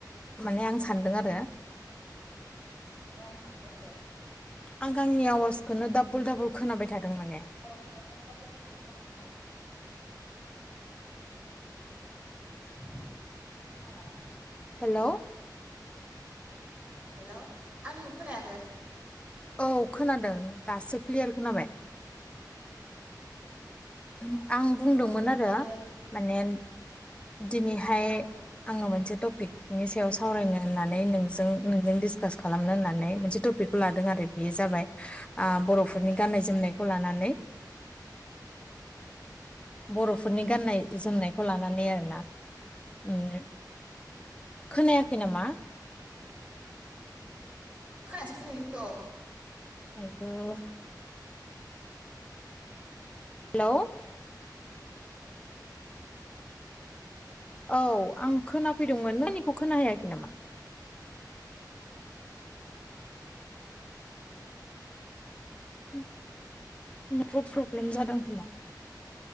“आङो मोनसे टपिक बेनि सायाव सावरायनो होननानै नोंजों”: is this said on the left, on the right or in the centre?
Left